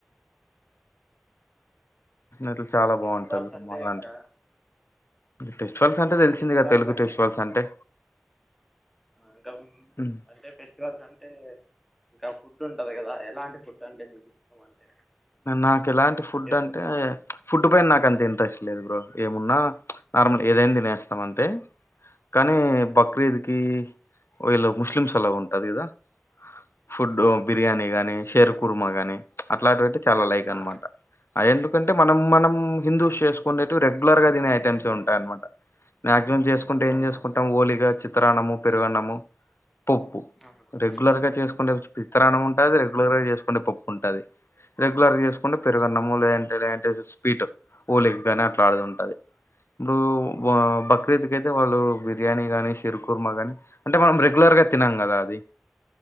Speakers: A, on the left; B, in the centre.
A: ఇట్లా
B: ంకా
A: చాలా
B: ఫెస్టివల్స్
A: బాగుంటది
B: అంటే
A: మా దాంట్లో.
B: ఇంకా
A: ఫెస్టివల్స్ అంటే
B: ఇంకా
A: తెలిసిందిగా
B: ఫెస్టివల్స్
A: తెలుగు
B: అంటే
A: ఫెస్టివల్స్ అంటే.
B: ఇంకా
A: హ్మ్.
B: అంటే ఫెస్టివల్స్ అంటే ఇంకా ఫుడ్ ఉంటంది కదా ఎలాంటి ఫుడ్ అంటే మీకు ఇష్టం అంటే
A: నాకు ఎలాంటి ఫుడ్
B: చేస్తుంటారు
A: అంటే
B: కదా
A: ఫుడ్ ఇడు పైన నాకు అంత ఇంట్రెస్ట్ లేదు బ్రో ఏమున్నా నార్మల్ ఏదైనా తినేస్తాం అంతే కానీ బక్రీద్కిి
B: ఓకే
A: ఓ ఇలా ముస్లిమ్స్ ఎలా ఉంటది ఇదా ఫుడ్
B: అవునవును
A: బిర్యానీ గాని షేర్కు కురు మగానే అ ఫ్లాట్టి చాలా లైక్
B: ఆ
A: అనమాట అయంట అంటే మనం మనం హిందూస్ చేసుకు ేటు రెగ్యులర్గాిన ఐటమ్స్ ఉంటాయ అన్నమాట నా ం చేసుకుంటే ఏం
B: అవునవును
A: చేసుకుంటాం ఓలిగా చిత్రానము పెరుగన్నము పప్పు
B: ఆ, అవును
A: రెగ్యులర్ గా చేసుకుంటే పిత్తానం ఉంటుది ర <inaudible> చేసుకుంటే పప్పు ఉంటుది రె రెగులర్గా చేసుకుంటే
B: అవును
A: పెరుగనమ్ము లేదం లేలేంటే స్పీట్ ఓలికి కానీ అట్లాడిది ఉంటాది ఇప్పుడు బక్రీద్కి అయితే వాళ్ళు బిర్యానీ గాని సిరు కుర్మ కానీ అంటే మనం రెగ్యులర్గా తినం కదా అది